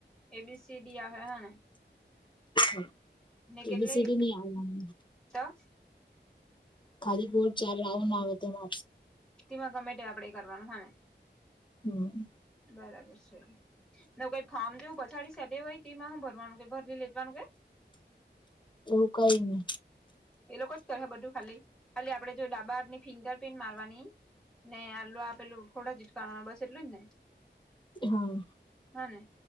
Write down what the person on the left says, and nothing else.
નાં
એબીસીડી
ની આવે આમાં.
ખાલી બોડ ચાલે આવે ના <unintelligible>
હમ્મ.
એવું કઈ નહી.
હા